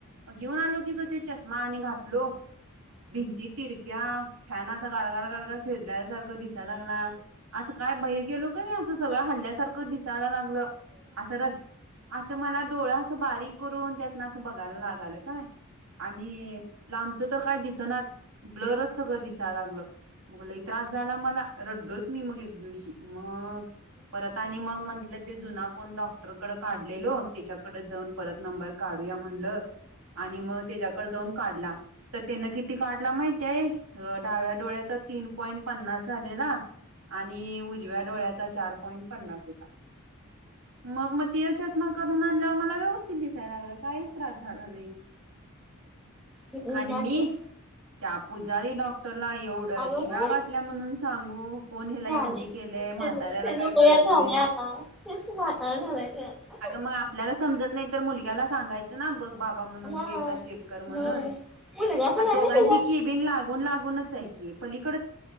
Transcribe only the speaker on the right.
मग घेऊन आलो की ग ते चष्मा आणि घातलो. भिंती तिरक्या फॅन असा गारगार गारघार फिरल्या सारखं दिसायला लागला. असं काय बहीर गेलो का नाही असं सगळं हल्ल्यासारखं दिसायला लागलं असं रस् असं म मला डोळा अस बारीक करून त्यातन असं बघायला लागाल काय आणि लांबचं तर काय दिसनाच ब्लरच सगळं दिसायला लागलं मग लई त्रास झाला मला रडलोच मी मग एक दिवशी मग परत आणि मग म्हंटलं ते जुना कोण डॉक्टरकडे काढलेलो- त्याच्याकडे जाऊन परत नंबर काढूया म्हणल आणि मग त्याच्या जाऊन काढला तर त्यान किती काढला माहितीय डाव्या डोळ्याचा तीन पॉईंट पन्नास झालेला आणि उजव्या डोळ्याचा चार पॉईंट पन्नास होता मग मग तेच्या चष्मा करून आणल्यावर मला व्यवस्थित दिसायला लागलं काहीच त्रास झाला नाही.
आणि
मी
त्या पुजारी डॉक्टरला एवढ्या
शिव्या
गाठल्या म्हणून सांगू कोण ह्याला
एमडी केलंय म्हाताऱ्याला
काही
कळत
नाही.
मग आपल्याला समजत नाही तर मुल्याला सगायचं बघ बा म्हणून
तू एकदा चेक कर म्हण
दोघांची
क ला. लागून लागूनच आहे की पाली